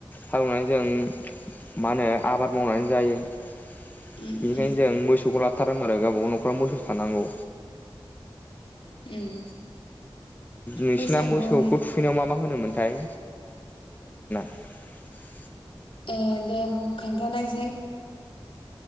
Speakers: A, on the left (about 20°); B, on the left (about 75°).
A: हालौवनानै जों मा होनो आबाद मावनानै जायो। बेनिखायनो
B: उम उम
A: जों मोसौखौ ला थारों आरो गावबागाव न'खराव मोसौ थानांगौ
B: उम
A: नोंसिना
B: बैसागु
A: मोसौखौ थुखैनायाव मा मा होनोमोनथाय <unintelligible>
B: ए दे बुं खोनथानायस